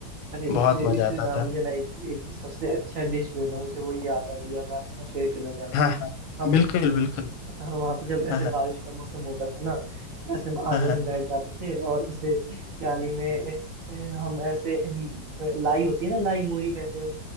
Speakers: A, on the right (about 55°); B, on the left (about 90°).
A: अरे इससे
B: बहुत मजा
A: इससे
B: आता
A: ना मुझे
B: था
A: ना एक, एक सबसे अच्छा डिश जो है ना मुझे वो याद आ गया मैं आपके साथ शेयर करना चाहता
B: हाँ
A: हूँ
B: हाँ
A: हम
B: बिल्कुल बिल्कुल
A: वहाँ पे जब ऐसे
B: हाँ हाँ
A: बारिश का मौसम होता था ना ऐसे हम आंगन
B: हाँ हाँ
A: में बैठ जाते थे और ऐसे प्याली में ए, ए, हम ऐसे हम्म, लाई होती है ना लाई मूरी कहते हैं